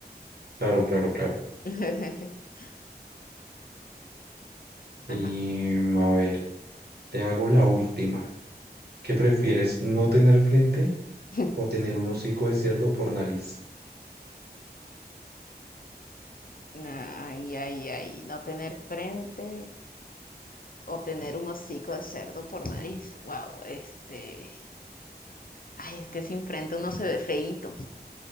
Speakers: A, on the right; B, on the left.
A: Claro, claro, claro.
B: <laughs>
A: Y
B: Ajá.
A: mm, a ver, te hago la última. ¿Qué prefieres, no tener frente
B: <laughs>
A: o tener un hocico de cerdo por nariz?
B: Ay, ay, ay, no tener frente o tener un hocico de cerdo por nariz. Wow, este. Ay, es que sin frente uno se ve feíto.